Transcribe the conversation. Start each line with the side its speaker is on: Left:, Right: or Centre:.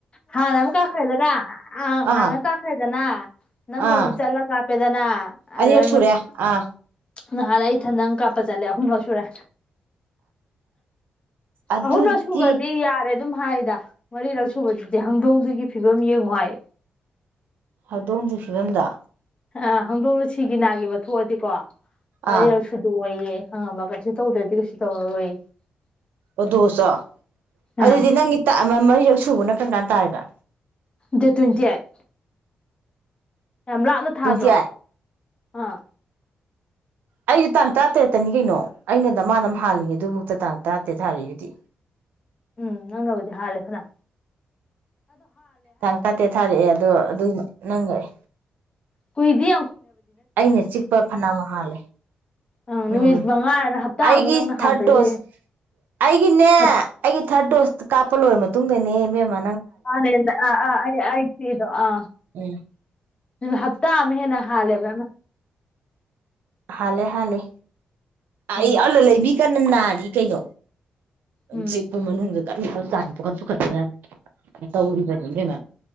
Left: ꯍꯥ ꯅꯝ ꯀꯥꯈꯗꯂ ꯑ
Right: ꯑꯥ
Left: ꯅꯪ ꯀꯥꯈꯗ ꯗꯅꯥ ꯅꯪ
Right: ꯑꯥ
Left: ꯍꯧꯟꯁꯦꯂ ꯀ ꯄꯦꯗꯅ
Right: ꯑꯅꯤꯔꯛ
Left: ꯑꯗ
Right: ꯁꯨꯔꯦ ꯑꯥ
Left: ꯅꯍꯥꯟ ꯏꯊꯟ ꯅꯪ ꯀꯥꯞꯄ ꯆꯠꯂꯦ ꯑꯍꯨꯝꯂꯛ ꯁꯨꯔꯦ
Right: ꯑꯗꯨꯗꯤ
Left: ꯑꯍꯨꯝꯂ ꯁꯨꯒꯗꯤ ꯌꯥꯔꯦ ꯑꯗꯨꯝ ꯍꯥꯏꯗ ꯋꯥꯔꯤ ꯂꯧ ꯁꯨꯕꯗꯨꯗꯤ ꯍꯪꯗꯣꯡꯗꯨꯒꯤ ꯐꯤꯕꯝ ꯌꯦꯡꯉꯣ ꯍꯥꯏ
Right: ꯍꯧꯗꯣꯡꯝꯒꯤ ꯐꯤꯕꯝꯗ
Left: ꯑ ꯍꯪꯗꯣꯛꯅꯁꯤꯒꯤ ꯅꯥꯒꯤꯕ ꯊꯣꯛꯑꯗꯤꯀꯣ ꯃꯔꯤ
Right: ꯑꯥ
Left: ꯑꯁꯗ ꯑꯣꯏꯌꯦ ꯈꯪꯉꯕ ꯀꯩꯁꯨ ꯇꯧꯗ꯭ꯔꯗꯤ ꯀꯩꯁꯨ ꯇꯧꯔꯔꯣꯏ
Right: ꯑꯗꯨꯁꯨꯣ ꯑꯗꯨꯗꯤ
Left: ꯑꯥ
Right: ꯅꯪꯒꯤ ꯇ ꯑꯃ ꯃꯔꯤꯔꯛ ꯁꯨꯕꯅ ꯀꯔ ꯀꯥꯟ ꯇꯥꯔꯔꯤꯕ
Left: ꯗ ꯇ꯭ꯋꯦꯟꯇꯤ ꯑꯠ ꯌꯥꯝ ꯂꯥꯞꯅ ꯊꯥꯗ꯭ꯔꯣ
Right: ꯇ꯭ꯋꯦꯟꯇꯤ
Left: ꯑꯥ
Right: ꯑꯩꯁꯨ ꯇꯥꯡ ꯇꯔꯥꯇꯔꯦꯠꯇꯅꯤ ꯀꯩꯅꯣ ꯑꯩꯅꯗ ꯃꯥꯅ ꯍꯥꯜꯂꯤꯉꯦ ꯑꯗꯨꯕꯨꯛꯇ ꯇꯥꯡ ꯇꯔꯥꯇꯔꯦꯠ ꯊꯥꯔꯛꯏꯒꯤꯗꯤ
Left: ꯎꯝ ꯅꯪ ꯍꯧꯗꯤꯦ ꯍꯥꯥꯂꯦ ꯐꯅꯥ
Right: ꯊꯥꯡ ꯇꯥꯇꯦ ꯊꯥꯔꯛꯑꯦ ꯑꯗꯣ ꯑꯗꯨ ꯅꯪꯈ꯭ꯔꯑꯦ
Left: ꯀꯣꯏꯗꯤ
Right: ꯑꯩꯅ ꯆꯤꯛꯄ ꯐꯅ ꯍꯥꯥꯜꯂꯦ
Left: ꯑ ꯅꯨꯃꯤꯠ
Right: ꯎꯝ
Left: ꯃꯉꯥꯅ ꯍꯞꯇꯥꯃꯨꯛ
Right: ꯑꯩꯒꯤ
Left: ꯅꯪꯅ
Right: ꯊꯥꯔꯠ
Left: ꯍꯥꯟꯕꯒꯤ
Right: ꯗꯣꯁ ꯑꯩꯒꯤꯅꯦ
Left: ꯍꯞ
Right: ꯑꯩꯒꯤ ꯊꯥꯔꯠ ꯗꯣꯁꯇ ꯀꯥꯞꯄ ꯂꯣꯏꯔ ꯃꯇꯨꯡ ꯇꯨꯡꯗꯅꯦꯕꯦꯃ
Left: ꯍꯅ ꯑ ꯑ ꯑ ꯏꯗꯣ ꯑ
Right: ꯎꯝ
Left: ꯍ ꯇꯝ ꯍꯦꯅ ꯍꯥꯂꯦꯕ
Right: ꯍꯂꯦ ꯍꯥꯂꯦ ꯑꯩ
Left: ꯎꯝ
Right: ꯑꯜ ꯂꯩꯕꯤ ꯀꯅꯅ ꯀꯩꯅꯣ
Left: ꯎꯝ
Right: ꯆꯦꯠꯄ ꯃꯅꯨꯡꯗ ꯀꯟꯅ ꯇꯥꯟ ꯄꯨꯈꯠ ꯄꯨꯈꯠꯇꯅ ꯇꯧꯔꯤꯕꯅꯤ ꯀꯩꯅꯣ